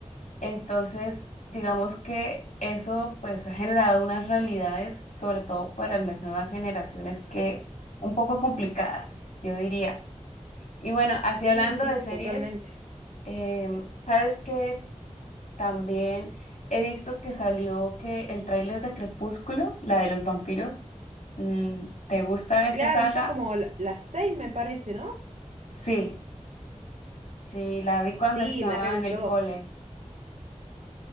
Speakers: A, on the left (about 80°); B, on the right (about 70°).
A: Entonces, digamos que eso pues ha generado unas realidades, sobre todo para las nuevas generaciones, que un poco complicadas, yo diría. Y bueno, así
B: sí,
A: hablando
B: sí,
A: de series,
B: totalmente.
A: em, ¿sabes qué? También he visto que salió que el tráiler de Crepúsculo, la de los vampiros. Mm, ¿Te gusta esa
B: Claro,
A: saga?
B: ya como la- las seis me parece, ¿no?
A: Sí, sí, la vi cuando
B: Sí,
A: estaba
B: me re gustó.
A: en el cole.